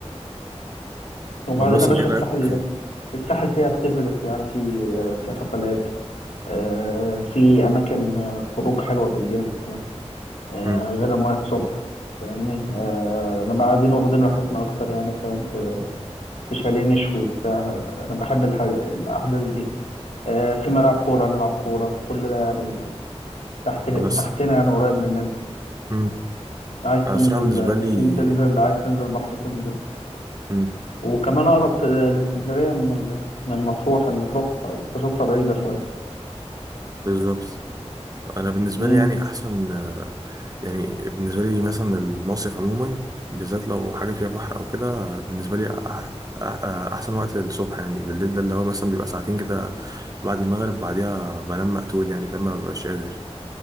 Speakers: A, on the left; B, on the right.
A: وبعدين
B: طب مثلا
A: يا باشا
B: ايه رأيك
A: الساحل الساحل فيه اكتيفيتيز يعني في في حفلات آه، في أماكن آه، خروج حلوة بالليل مثلا آه،
B: مم.
A: غير ما الصبح فاهمني آه، أنا قاعدين واخدين راحتنا أكتر يعني فاهم في في شاليه نشوي بتاع أنا بحب الح- الأحداث دي آه، في ملعب كورة نلعب كورة كل ده يعني تحت
B: انا الص-
A: تحتنا يعني قريب مننا
B: مم.
A: عايز
B: انا
A: تنزل
B: الصراحة بالنسبة
A: بسين
B: لي
A: تنزل عايز تنزل بحر تنزل
B: مم.
A: وكمان اقرب في الاسكندريه من ال... من مطروح يعني مطروح بشوفها بعيده شويه
B: بالظبط انا بالنسبة
A: امم
B: لي يعني احسن آه، يعني بالنسبة لي مثلا المصيف عموما بالذات لو حاجة فيها بحر او كده آه، بالنسبة لي أح- أح- احسن وقت الصبح يعني بالليل ده اللي هو مثلا بيبقى ساعتين كده بعد المغرب بعديها بنام مقتول يعني فاهم مببقاش قادر